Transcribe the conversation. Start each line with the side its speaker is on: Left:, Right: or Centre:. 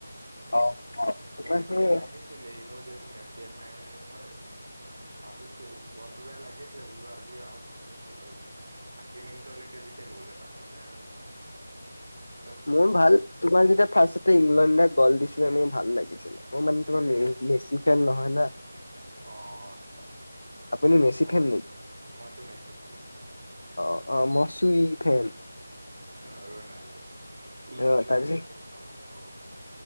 Left: অ'। তোমাৰ
Right: মনতটো
Left: সেই
Right: বেয়া লাগিছে ছিলে এনো যিহেতু মেচি এডমায়াৰ হয়। ভাবিছো মনতো বেয়া লাগিছিলে বোলো আজি আউট নহ'লেও হ'ল আৰু আশী মিনিটলেকে যেতিয়া গ'ল এটা হোৱা নাই আৰু। পিছত
Left: মোৰ
Right: হঠাৎ
Left: ভাল তোমাৰ যেতিয়া ফাৰ্ষ্টতে ইংলেণ্ডক গল দিছিলে মোৰ ভাল লাগিছে। মই মানে তোমাৰ মেছি ফেন নহয় না।
Right: অঁ আচ্ছা
Left: আপুনি মেচি
Right: মই
Left: ফেন নেকি
Right: মইতো মেচি ফেন ভাই।
Left: অ অ মই ছুই ফেন।
Right: অ ৰনাল্ডো ওলাই
Left: অ
Right: ওলাই
Left: তাৰপিছত
Right: গল যাব ন ৱৰ্ল্ড কাপৰ পৰা।